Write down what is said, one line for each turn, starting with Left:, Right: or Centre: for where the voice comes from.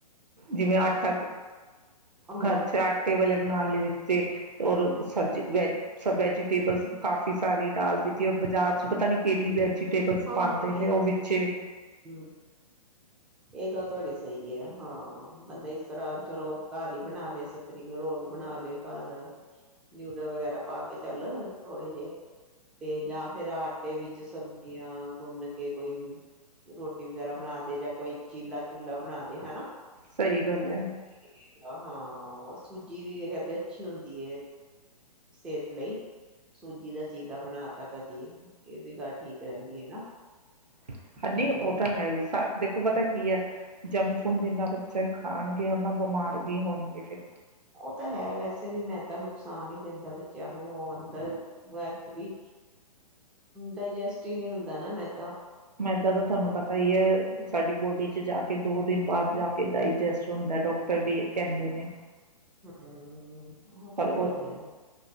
Right: ਜਿਵੇਂ
Centre: ਹਾਫ
Right: ਆਟਾ
Centre: ਹਾਂ
Right: ਘਰ ਚ ਆਟੇ ਵਾਲੇ ਬਣਾ ਲਈਏ ਔਰ ਸੱਜ ਵੈਜ ਸਬ ਵੈਜੀਟੇਬਲਸ ਕਾਫੀ ਸਾਰੀ ਡਾਲ ਦਿੱਤੀ ਰ ਬਾਜ਼ਾਰ ਚ ਪਤਾ ਨੀ ਕਿਹੜੀ ਵੈਜ ਟੇਬਲਸ
Centre: ਹਾਂ
Right: ਪਾਉਂਦੇ
Centre: ਇਹ
Right: ਨੇ ਉਹ ਵਿੱਚੇ
Centre: ਹਮ ਇਹ ਗੱਲ ਤੁਹਾਡੀ ਸਹੀ ਹੈ ਹਾਂ ਬੰਦਾ ਇਸ ਤਰ੍ਹਾਂ ਚਲੋ ਘਰ ਹੀ ਬਣਾ ਲਏ ਸਪਰਿੰਗ ਰੋਲ ਬਣਾ ਲਏ ਘਰ ਨਿਊਡਲ ਵਗੈਰਾ ਪਾ ਕੇ ਚੱਲ ਥੋੜੇ ਜਿਹੇ ਤੇ ਜਾਂ ਫੇਿਰ ਆਟੇ ਵਿੱਚ ਜੀਆਂ ਗੁੰਨ ਕੇ ਕੋਈ ਰੋਟੀ ਵਗੈਰਾ ਬਣਾ ਦੇ ਜਾਂ ਕੋਈ ਚੀਲਾ ਚੂਲਾ ਬਣਾ ਦੇ ਹਨਾ
Right: ਸਹੀ ਗੱਲ
Centre: ਉਹ
Right: ਐ।
Centre: ਹਾਂ, ਉਹ ਸੂਜੀ ਵੀ ਕਹਿੰਦੇ ਅੱਛੀ ਹੁੰਦੀ ਸਿਹਤ ਲਈ, ਸੂਜੀ ਦਾ ਚੀਲਾ ਬਣਾ ਤਾ ਕਦੀ, ਇਹ ਵੀ ਗੱਲ ਠੀਕ। ਰਹਿੰਦੀ ਹੈ, ਨਾ।
Right: ਹਾਂ, ਨਹੀਂ
Centre: ਹਮ
Right: ਉਹ ਤਾਂ ਹੈਹੀ, ਸ ਦੇਖੋ ਪਤਾ ਕੀ ਹੈ, ਜੰਕ ਫੂਡ ਜਿੰਨਾ ਬੱਚਾ ਖਾਣਗੇ, ਉਹਨਾਂ ਬਿਮਾਰ ਵੀ ਹੋਣਗੇ। ਫਿਰ।
Centre: ਉਹ ਤਾਂ ਹੈ ਵੈਸੇ ਵੀ ਮੈਦਾ ਨੁਕਸਾਨ ਹੀ ਦਿੰਦਾ ਬੱਚਿਆਂ ਨੂੰ, ਉਹ ਅੰਦਰ ਐਕਚੁਲੀ ਡਾਇਜਸਟ ਹੀ ਨਹੀਂ ਹੁੰਦਾ ਨਾ ਮੈਦਾ।
Right: ਮੈਂਦਾਂ ਤਾਂ ਤੁਹਾਨੂੰ
Centre: ਉਹਨੂੰ
Right: ਪਤਾ ਹੀ ਹੈ, ਸਾਡੀ ਬੋਡੀ ਚ ਜਾ ਕੇ ਦੋ ਦਿਨ ਬਾਅਦ ਜਾ ਕੇ ਡਾਇਜੈਸਟ ਹੁੰਦਾ ਡਾਕਟਰ ਦ ਾਟਰ ਵੀ ਕਹਿੰਦੇ ਨੇ।
Centre: ਹੰ ੳਹ
Right: ਪਰ
Centre: ਤ
Right: ਉਹ
Centre: ਹੈ ਹੀ, ਏ।